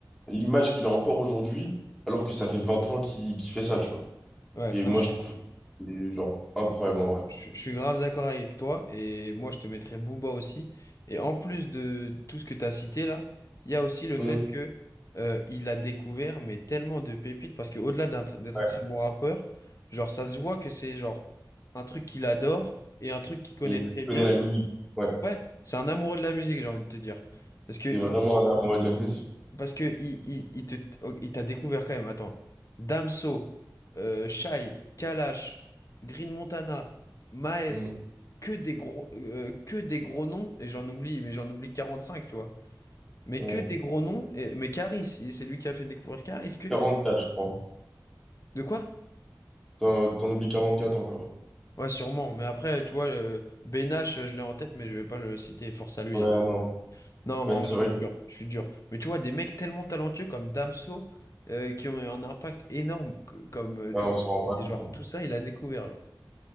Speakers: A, in the centre; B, on the left.
A: l'image qu'il a encore aujourd'hui, alors que ça fait 20 ans qu'il qu'il fait ça, tu vois.
B: ouais.
A: Et
B: Non,
A: moi,
B: je
A: je trouve,
B: suis
A: euh, genre, incroyable
B: Je,
A: en vrai.
B: je- je suis grave d'accord avec toi et moi je te mettrais Booba aussi. Et en plus de tout ce que tu as cité là, il y a aussi le
A: Mm.
B: fait que euh, il a découvert mais tellement de pépites parce que au-delà d'un tr- d'être
A: Ouais.
B: un très bon rappeur, genre ça se voit que c'est genre un truc qu'il adore et un truc qu'il connaît
A: Et il
B: très
A: connaît
B: bien.
A: la musique. ouais
B: Ouais, c'est un amoureux de la musique, j'ai envie de te dire. Parce que
A: C'est vraiment
B: il,
A: un amoureux de la musique.
B: parce que il, il, il te, oh, il t'a découvert quand même. Attends. Damso, euh, Shai, Kalash, Green Montana, Maes,
A: Mm,
B: que des gros, euh, que des gros noms. Et j'en oublie, mais j'en oublie 45 tu vois. Mais
A: ouais.
B: que des gros noms. Et, mais Karis, il- c'est lui qui a fait découvrir Karis. Que,
A: 44, je crois.
B: de quoi?
A: T'en, t'en oublies 44 encore.
B: Ouais, sûrement. Mais après, tu vois, le, Ben je l'ai en tête, mais je vais pas le citer. Force à lui,
A: Ouais,
B: hein.
A: non.
B: Non,
A: Ouais,
B: mais en vrai,
A: c'est
B: je
A: vrai
B: suis dur, je suis dur. Mais tu vois, des mecs tellement talentueux comme Damso, euh, qui ont eu un impact énorme, c- comme, euh,
A: qu'on
B: tu vois,
A: s'en rend pas compte.
B: et genre,
A: hein.
B: tout ça, il a découvert, genre.